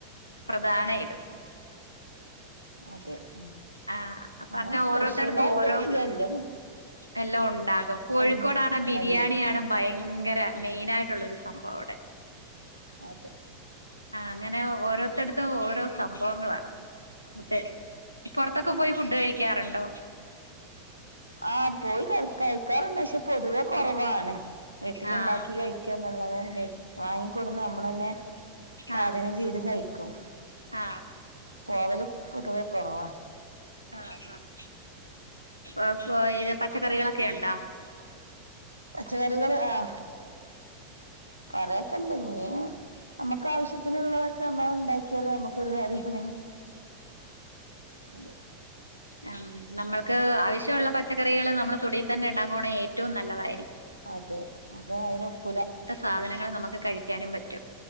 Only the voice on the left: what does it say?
പ്രധാന ഇത്.
ആഹ
പറഞ്ഞാ
ഓരോത്തടുത്തും ഓരോ
എല്ലാം ഒണ്ടാകും കോഴിക്കോടാണെ
ബിരിയാണിയാണ്
ഭയങ്ക ര മെയിനായിട്ടുള്ള ഒരു സംഭവം അവ്ടെ.
ആഹ് അങ്ങനെ ഓരോത്തട്ത്തും ഓരോ സംഭവങ്ങളാ. ഫുഡ് പൊറത്തൊക്കെ പോയി ഫുഡ് കഴിക്കാറ്ണ്ടോ?
ആഹ്
ആഹ്
ആഹ്
ആഹ് ആഹ് അപ്പൊ പ്പൊ പച്ചക്കറികളൊക്കെ ഒണ്ടോ?
ആ നമ്മൾക്ക് ആവശ്യോള്ള പ ച്ചക്കറികള് നമ്മളെ തൊടിയിൽ തന്നെ ഒണ്ടാക്കുവാണെ ഏറ്റവും നല്ലതായി
സാധനങ്ങള് നമ്മക്ക് കഴിക്കാനും പറ്റും.